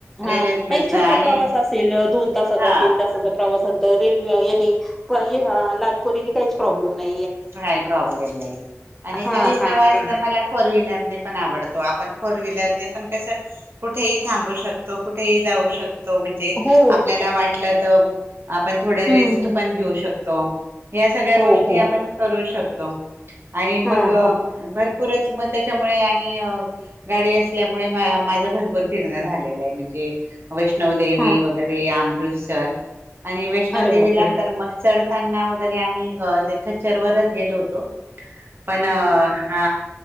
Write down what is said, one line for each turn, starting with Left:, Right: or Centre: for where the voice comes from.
Centre: हा
Right: रेल्वेेत मस्त
Centre: नाही छोटा
Right: आणि
Centre: प्रवास दोन तासाचा
Right: हा
Centre: तीन तासाचा प्रवासाने तर रेल्वे याने प या लालपरीने काहीच प्रॉब्लेम नाही.
Right: काही प्रॉब्लेम नाही आणि
Centre: हा
Right: काही प्रवास
Centre: हा हा
Right: तर मला फोर व्हीलर पण आवडतो. आपण फोर व्हीलर न पण कस कुठेही थांबू शकतो. कुठेही जाऊ शकतो. तो म्हणजे
Centre: हो
Right: आपल्याला वाटलं त आपण थोड्या रेस्ट
Centre: हम्म हम्म
Right: पण घेऊ शक तो या सगळ्या
Centre: हो
Right: गोष्टी
Centre: हो
Right: आपण करू शकतो. आणि मग
Centre: हा हा
Right: भरपूरच मग त्याच्यामुळे आणि गाडी अस असल्यामुळे म माझ भरपूर फिरण झालेला आहे. म्हणजे वैष्णवदेवी
Centre: हा
Right: वगैरे आं दृस्यर आणि वैष्णव
Centre: अरे
Right: देवीला
Centre: बापरे
Right: तर मग चढ त्यांना वगैरे आम्ही अ ते खच शर्वरच गेलो होतो. पण हा